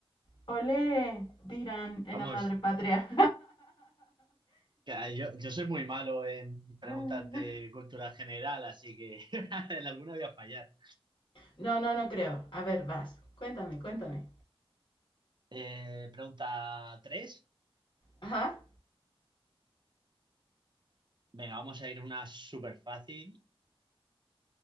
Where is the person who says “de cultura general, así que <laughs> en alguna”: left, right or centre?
Right